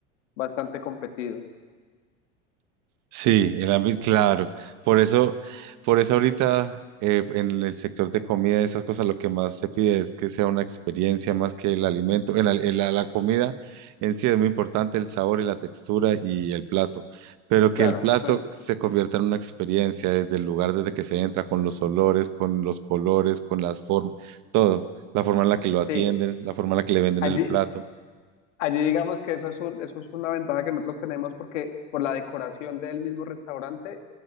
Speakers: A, on the left; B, on the right.
A: bastante competido.
B: Sí, el ámbito, claro. Por eso, por eso ahorita eh, en el sector de comida y esas cosas, lo que más se pide es que sea una experiencia más que el alimento. El al- el- la, la comida en sí es muy importante, el sabor y la textura y el plato, pero que
A: Claro,
B: el plato
A: eso
B: se convierta en una experiencia desde el lugar desde que se entra, con los olores, con los colores, con las formas, todo. La forma en la que lo atienden,
A: sí.
B: la forma en la que le venden
A: Allí,
B: el plato.
A: allí digamos que eso es un- eso es una ventaja que nosotros tenemos porque por la decoración del mismo restaurante,